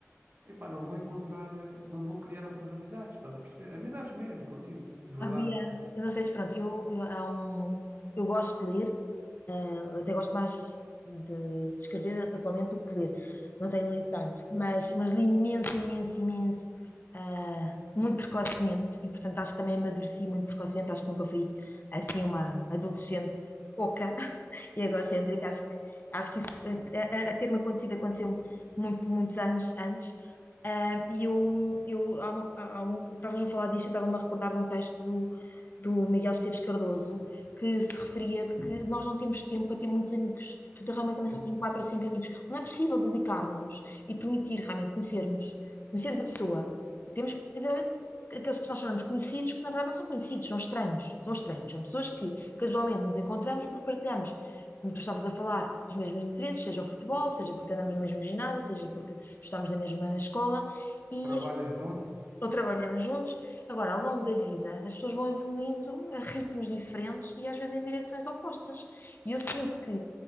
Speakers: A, on the right; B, on the left.
A: epá, não vou encontrar, eh, não vou criar outras amizades, estás a perceber? Amizades mesmo, que eu digo, de verdade.
B: Havia, eu não sei se pronto, eu, eu, há um, eu gosto de ler, eh, até gosto mais de, de escrever atualmente do que de ler, não tenho lido tanto, mas, mas li imenso, imenso, imenso, ah, muito precocemente, e portanto acho que também amadureci muito precocemente, acho que nunca fui assim uma adolescente oca <laughs> e egocêntrica, acho que, acho que isso, eh, a, a- a ter-me acontecido, aconteceu muito, muitos anos antes, Ah, e eu, eu há uma, há uma, estavas a falar disto, eu estava-me a recordar de um texto do, do Miguel Esteves Cardoso que se referia de que nós não temos tempo para ter muitos amigos. Portanto, eu realmente também
A: Exato.
B: só tenho quatro ou cinco amigos. Não é possível dedicarmos-nos e permitir realmente conhecermos, conhecermos a pessoa. Temos, evidentemente, aqueles que nós chamamos conhecidos, que na verdade não são conhecidos, são estranhos. São estranhos, são pessoas que casualmente nos encontramos porque partilhamos. Como tu estavas a falar, os mesmos interesses, seja o futebol, seja porque andamos no mesmo ginásio, seja porque estudámos na mesma escola e
A: Trabalhas
B: as pessoas-
A: junto?
B: ou trabalhamos juntos. Agora, ao longo da vida, as pessoas vão evoluindo a ritmos diferentes e às vezes em direções opostas. E eu sinto que,